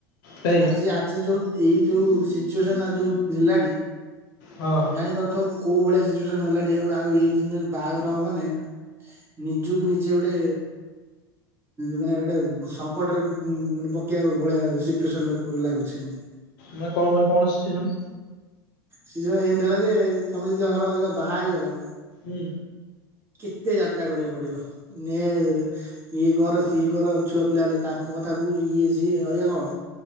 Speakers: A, on the left; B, on the right.
A: ଭାଇ
B: ଆଜି ଆଜି ଯୋଉ ଏଇ ଯୋଉ ସିଚୁଏସନ୍ ସିଚୁଏସନ୍ ଯୋଉ ହେଲାଣି
A: ହଁ
B: ଜାଣିପାରୁଥିବ କୋଉ ଭଳିଆ ସିଚୁଏସନ ହେଲାଣି ଆ ଆଉ ଏଇ ଜିନିଷ ବାହାଘର ମାନେ ନିଜକୁ ନିଜେ ଗୋଟେ ମାନେ ଗୋଟେ ସଙ୍କଟରେ ମାନେ ପକେଇବା ଭଳିଆ ସିଚୁଏସନ ଲାଗୁଛି ଏମିତି।
A: ମାନେ କଣ ମାନ କଣ ସିଚୁସନ?
B: ସେ ଜଣ ଏମିତି ହେଲା ଯେ ତମେ ଯଦି ଅହ ରହ ବାହା ହେଇଗଲ
A: ହୁଁ।
B: କେତେ ଯାତ୍ରା କରିବାକୁ ପଡ଼ିବ ନ ଇଏ କର ସିଏ କର ଛୁଆ ପିଲା ହେଲେ ତାଙ୍କୁ କଥା ବୁଝ ଇଏ ସିଏ ଐଖା କଣ